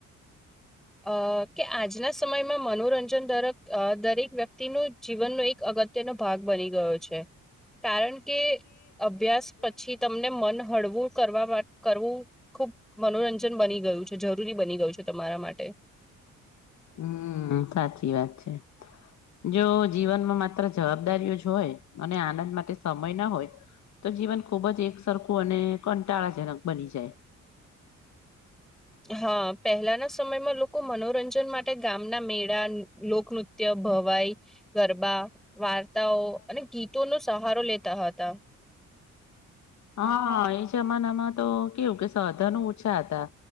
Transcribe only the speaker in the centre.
અ કે આજના સમયમાં મનોરંજન દરક દરેક વ્યક્તિનું જીવનનો એક અગત્યનો ભાગ બની ગયો છે કારણ કે અભ્યાસ પછી તમને મન હળવું કરવા કરવું ખુબ મનોરંજન બની ગયું છે જરૂરી બની ગયું છે તમારા માટે
હા પહેલાના સમયમાં લોકો મનોરંજન માટે ગામના મેળા લોકનૃત્ય નત્ય ભવાઈ ગરબા વાર્તાઓ અને ગીતો નો સહારો લેતા હતા